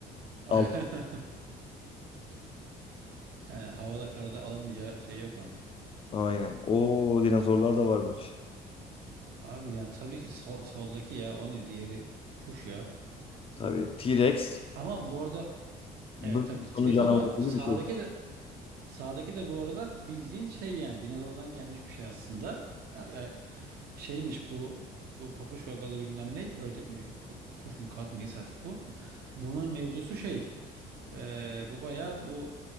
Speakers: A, on the right; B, on the left.
A: <laughs>
B: al.
A: Yani havada karada alamayacağı şey yok onun.
B: Aynen. O dinozorlar da varmış.
A: Abi yani tabii ki sol- soldaki ya o ne diğeri kuş ya.
B: Tabii T-Rex
A: Ama bu arada
B: bölüm
A: evet tabii T-Rex
B: sonu canavarı
A: ama
B: gibi
A: sağdaki
B: bir şey.
A: de sağdaki de bu arada bildiğin şey yani dinozordan gelmiş bir şey aslında. Ya, ya şeymiş bu bu papuç gagalı bilmem ne ördek mi ku- kuş mu kaz mı neyse artık bu. Bunun mevzusu şey e, bu baya bu